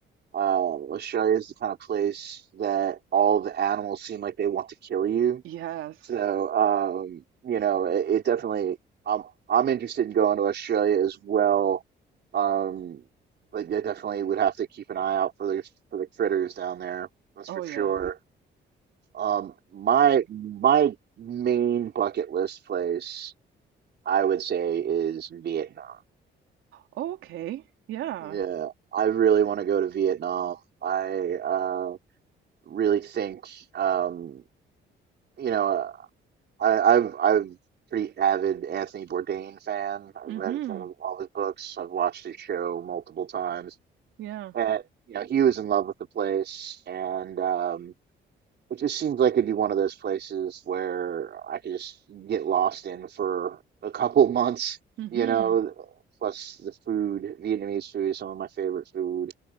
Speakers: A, on the right; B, on the right.
A: uh, Australia is the kind of place that all the animals seem like they want to kill you
B: Yes.
A: So, um, you know, it, it definitely, I'm, I'm interested in going to Australia as well. Um, but you definitely would have to keep an eye out for the, for the critters down there. That's
B: Oh
A: for
B: yeah.
A: sure. Um, my, my main bucket list place, I would say, is Vietnam.
B: Oh, okay. Yeah.
A: Yeah, I really want to go to Vietnam. I uh, really think, um, you know. I, I've I'm pretty avid Anthony Bourdain fan. I've
B: Mm-hmm.
A: read sort of all his books. I've watched his show multiple times,
B: Yeah.
A: and you know he was in love with the place, and um, it just seems like it'd be one of those places where I could just get lost in for a couple <laughs> months.
B: Mm-hmm.
A: You know, plus the food, Vietnamese food is some of my favorite food.